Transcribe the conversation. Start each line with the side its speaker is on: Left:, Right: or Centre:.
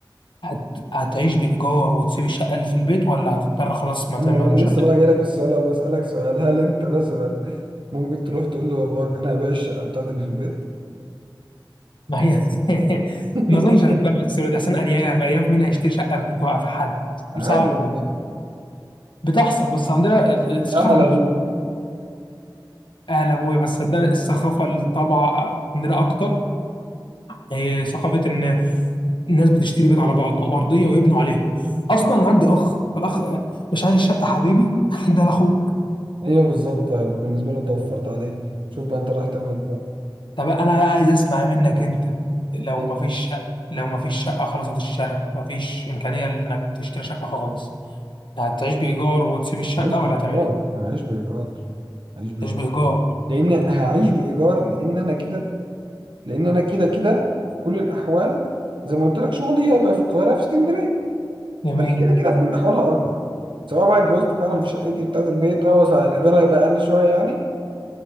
Left: هت... هتعيش بإيجار وتسيب الشقة اللي في البيت ولا هتضطر خلاص ما
Right: أنا
Left: ت- ما- مش
Right: لسه
Left: هت...
Right: بقى جايلك في السؤال أهو بسألك سؤال هل أنت مثلا ممكن تروح تقول لباباك أنا هبيع الشقة بتاعتي اللي في البيت؟
Left: ما هي <laughs>
Right: <laughs>
Left: ما أظنش هتتباع بالسهولة دي عشان أرياف أرياف مين هيشتري شقة في بيت واقف حد
Right: عادي
Left: صعب
Right: والله
Left: بتحصل بس عندنا ال- الثقافة
Right: اهل
Left: ال-
Right: ابوك
Left: أهل أبويا بس عندنا الثقافة الطبع عندنا أكتر إيه، ثقافة إن الناس بتشتري بيت على بعض أو أرضية ويبنوا عليها أصلا أنا عندي أخ فالأخ آه، مش عايز شقة حبيبي <laughs> ده لأخوك
Right: ايوه بالظبط هيبقى بالنسبه له انت وفرت عليه شوف بقى انت رايح تعمل ايه بقى
Left: طب انا بقى عايز اسمع منك انت لو
Right: ايه بقى
Left: ما فيش لو ما فيش شقه خلاص هتشتريها ما فيش امكانيه انك تشتري شقه خالص هتعيش بايجار وتسيب الشقه
Right: هعيش بايجار
Left: ولا هتعمل ايه
Right: هعيش بايجار هعيش بايجار
Left: تعيش بايجار
Right: لان هعيش بايجار لان انا كده لان انا كده كده في كل الاحوال زي ما قلت لك شغلي هيبقى في القاهره في اسكندريه
Left: جميل
Right: فانا كده كده في كل الاحوال هاجر سواء بقى اتجوزت فعلا في شقتي بتاعت البيت اه بس الايجار هيبقى اقل شويه يعني